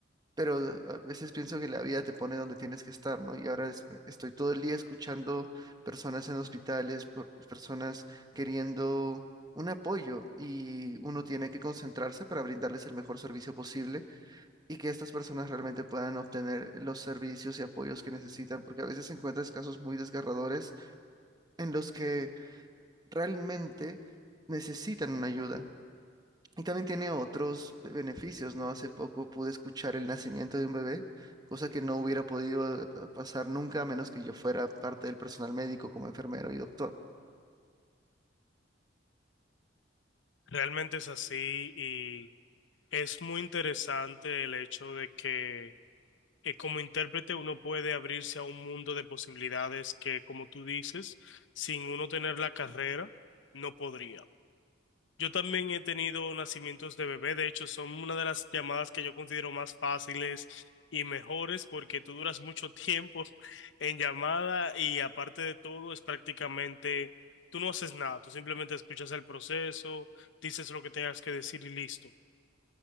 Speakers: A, on the right (about 20°); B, on the left (about 75°).
A: pero a veces pienso que la vida te pone donde tienes que estar, ¿no? Y ahora es- estoy todo el día escuchando personas en hospitales, por- personas queriendo un apoyo y uno tiene que concentrarse para brindarles el mejor servicio posible y que estas personas realmente puedan obtener los servicios y apoyos que necesitan, porque a veces encuentras casos muy desgarradores en los que realmente necesitan una ayuda. Y también tiene otros beneficios, ¿no? Hace poco pude escuchar el nacimiento de un bebé, cosa que no hubiera podido eh, pasar nunca a menos que yo fuera parte del personal médico como enfermero y doctor.
B: Realmente es así y es muy interesante el hecho de que eh, como intérprete uno puede abrirse a un mundo de posibilidades que, como tú dices, sin uno tener la carrera, no podría. Yo también he tenido nacimientos de bebé, de hecho, son una de las llamadas que yo considero más fáciles y mejores porque tú duras mucho tiempo <laughs> en llamada y aparte de todo es prácticamente, tú no haces nada, tú simplemente escuchas el proceso, dices lo que tengas que decir y listo.